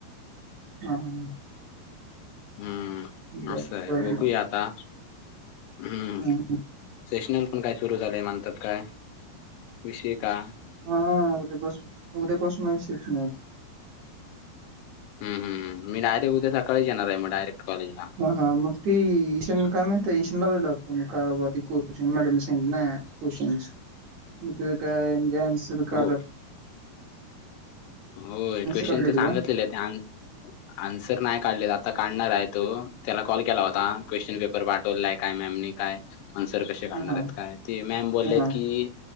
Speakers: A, on the right; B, on the left.
A: हा ह
B: हम्म
A: बरं,
B: असं आहे
A: बरं
B: वघू
A: मग.
B: आता हम्म
A: हं.
B: सेशनल पण काय सुरू झालेय म्हणतात काय अभषय का
A: हा उद्यापसून उद्यापासून आहे शिक्
B: हम्मी डायरेक्ट उद्या सकाळीच येणार आहे मग डयेट कॉलेजला
A: हा मग ते ईशानला काय माहित आहे ईशान लावलेला फो कायधी कश मॅड स नाही कशन म काय एजनस
B: हो
A: क
B: होय क्वेश्चन
A: काढले होते
B: ते
A: का?
B: सांगितलेले त्या
A: <inaudible>
B: आन्सर नाही काढलेत आता काढणार आहे तो त्याला कॉल केला होता क्वेश्चन पेपर पाठवलाय काय मॅमनी काय अनसर कसे काढणार
A: हां, हां,
B: आहेत काय ते मॅम बोललेत
A: हां, हां.
B: की